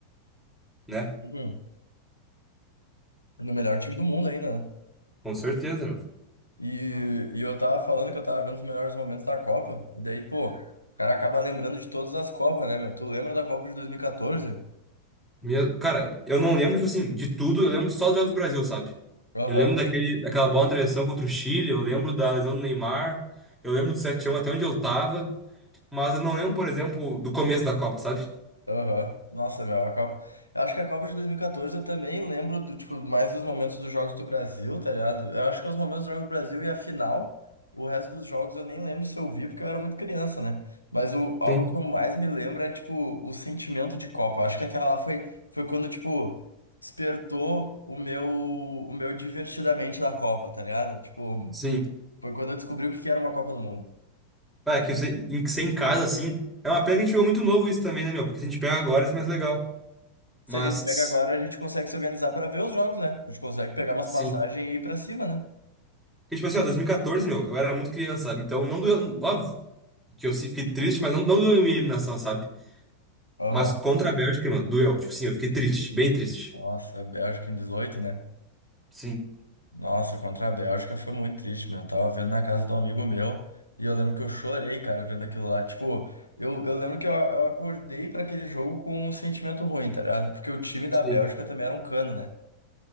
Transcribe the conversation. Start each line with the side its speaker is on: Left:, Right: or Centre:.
Centre: né?
Left: Uhum. No melhor time do mundo ainda, né?
Centre: Com certeza, meu.
Left: E, e eu tava falando que eu tava vendo os melhores momentos da Copa. E daí, pô, o cara acaba lembrando de todas as Copas, né, meu? Tu lembra da Copa de 2014?
Centre: Meu- cara, eu não lembro, tipo assim, de tudo, eu lembro só dos jogos do Brasil, sabe?
Left: Aham.
Centre: Eu lembro daquele, daquela bola na travessão contra o Chile, eu lembro da lesão do Neymar, eu lembro do sete a um até onde eu tava, mas eu não lembro, por exemplo, do começo da Copa, sabe?
Left: Aham. Nossa, meu, a Copa. Eu acho que a Copa de 2014 eu também lembro do, tipo, mais dos momentos dos jogos do Brasil, tá ligado? Eu acho que é os momentos dos jogos do Brasil e a final. O resto dos jogos eu nem lembro se eu vi, porque eu era muito criança, né? Mas o, algo
Centre: Sim.
Left: que eu mais me lembro é, tipo, o sentimento de Copa. Eu acho que aquela lá foi, foi quando, tipo, despertou o meu, o meu divertidamente da Copa, tá ligado? Tipo,
Centre: Sim,
Left: foi quando eu descobri o que que era uma Copa do Mundo.
Centre: Ah, que você, em, que ser em casa, assim. É uma pena que a gente pegou muito novo isso também, né, meu? Porque se a gente pega agora, isso é mais legal.
Left: Se
Centre: Mas,
Left: a gente pega agora, a gente consegue se organizar para ver os jogos, né? A gente consegue pegar umas
Centre: sim.
Left: passagens e ir para cima, né?
Centre: Porque, tipo assim, ó, 2014, meu, eu era muito criança, sabe? Então, não doeu. Óbvio que eu se- fiquei triste, mas não, não doeu a minha eliminação, sabe?
Left: Aham.
Centre: Mas contra a Bélgica, meu, doeu. Tipo assim, eu fiquei triste, bem triste.
Left: Nossa, a Bélgica em dezoito né?
Centre: Sim.
Left: Nossa, contra a Bélgica foi muito triste, meu. Eu tava vendo na casa de um amigo meu e eu lembro que eu chorei, cara, vendo aquilo lá. Tipo, eu, eu lembro que eu, eu acordei pra aquele jogo com um sentimento ruim, tá ligado? Porque o time da
Centre: Sim.
Left: Bélgica também era um cano, né?